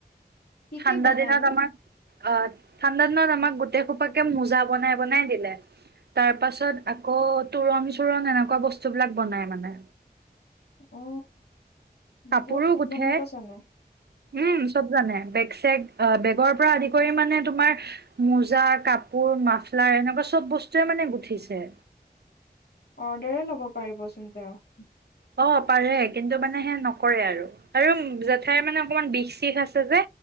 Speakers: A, on the left; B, on the right.
A: কি
B: ঠাণ্ডা
A: কি বনাইনো
B: দিনত আমাৰ আহ ঠাণ্ডা দিনত আমাক গোটেই খোপাকে মোজা বনাই বনাই দিলে। তাৰ পাছত আকৌ তোৰং চোৰণ এনেকুৱা বস্তুবিলাক বনাই মানে
A: অ
B: কাপোৰো
A: বহুত
B: গুঠে?
A: বনাব জানে
B: উম চব জানে বেগ চেগ অ বেগৰ পৰা আদি কৰি মানে তোমাৰ মোজা, কাপোৰ, মাফলাৰ, এনেকুৱা চব বস্তুৱয়ে মানে গুঠিছে
A: অৰ্ডাৰে ল'ব পাৰিবচোন তেওঁ।
B: অ পাৰে কিন্তু মানে সে নকৰে আৰু। কাৰণ জেঠাই মানে অকমান বিষ চিষ আছে যে,